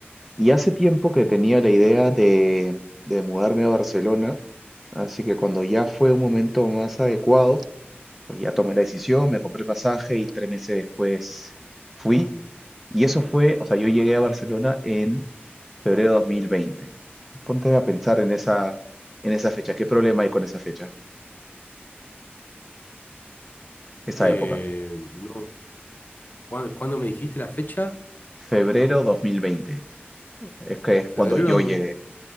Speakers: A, in the centre; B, on the left.
A: y hace tiempo que tenía la idea de, de mudarme a Barcelona, así que cuando ya fue un momento más adecuado, pues ya tomé la decisión, me compré pasaje y tres meses después fui. Y eso fue, o sea, yo llegué a Barcelona en Febrero 2020. Ponte a pensar en esa, en esa fecha. ¿Qué problema hay con esa fecha? Esa
B: Eh,
A: época.
B: no, ¿cuándo, cuándo me dijiste la fecha?
A: Febrero 2020. Es que es
B: Febrero
A: cuando yo
B: dos-
A: llegué.
B: mil